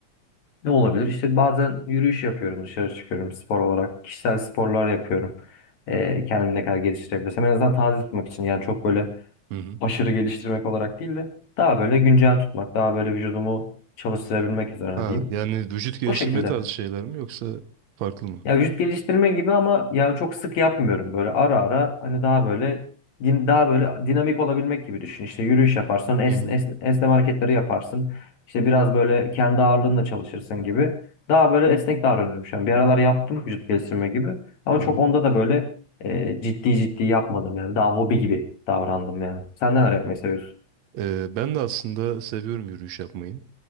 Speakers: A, on the left (about 70°); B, on the right (about 70°).
A: ne olabilir? İşte bazen yürüyüş yapıyorum, dışarı çıkıyorum spor olarak. Kişisel sporlar yapıyorum. Ee, kendimi ne kadar geliştirebilirsem. En azından taze tutmak için. Yani çok böyle
B: Hı hı.
A: aşırı geliştirmek olarak değil de daha böyle güncel tutmak, daha böyle vücudumu çalıştırabilmek üzerine
B: Ha,
A: diyeyim.
B: yani vücut geliştirme
A: O şekilde.
B: tarzı şeyler mi yoksa farklı mı?
A: Ya vücut geliştirme gibi ama yani çok sık yapmıyorum. Böyle ara ara hani daha böyle din- daha böyle dinamik olabilmek gibi düşün. İşte yürüyüş yaparsın, es,
B: Hı hı.
A: es, esneme hareketleri yaparsın. İşte biraz böyle kendi ağırlığınla çalışırsın gibi. Daha böyle esnek davranıyorum şu an. Bir aralar yaptım vücut geliştirme gibi. Ama
B: Hı
A: çok
B: hı.
A: onda da böyle e, ciddi ciddi yapmadım yani. Daha hobi gibi davrandım yani. Sen neler yapmayı seviyorsun?
B: Ee, ben de aslında seviyorum yürüyüş yapmayı.